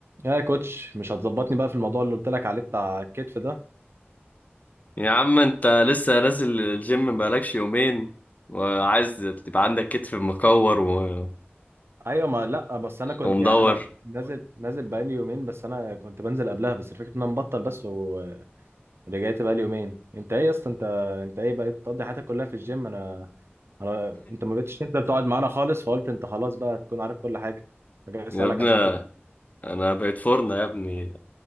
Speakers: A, on the right (about 70°); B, on the left (about 35°).
A: يا كوتش مش هتظبطني بقى في الموضوع اللي قلت لك عليه بتاع الكتف ده
B: يا عم انت لسه نازل الجيم بقالكش يومين وعايز تبقى عندك كتف مكور و...
A: ايوه ما لا بس انا كنت
B: ومدور
A: يعني انا
B: <laughs>
A: نازل نازل بقالي يومين بس انا كنت بنزل قبلها بس الفكره ان انا مبطل بس ورجعت بقالي يومين انت ايه يا اسطى انت انت ايه بقيت تقضي حياتك كلها في الجيم انا انا انت ما بقتش تنزل تقعد معانا خالص فقلت انت خلاص بقى تكون عارف كل حاجه فجاي اسالك
B: يا ابني
A: عشان كده
B: انا بقيت فرنة يا ابني